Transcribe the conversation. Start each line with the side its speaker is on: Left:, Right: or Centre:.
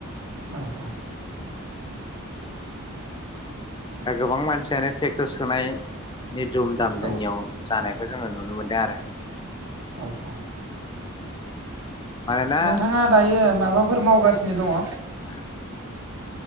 Right: औ औ
Left: दा गोबां मानसियानो ट्रेक्टर सोनाय नि दुम दाम जोंनियाव
Right: औ
Left: जानाय खौ जोङो नुनो मोनदों आरो
Right: <inaudible>
Left: मानोना
Right: नोंथाङा दायो माबाफोर मावगासिनो दङ।
Left: <unintelligible>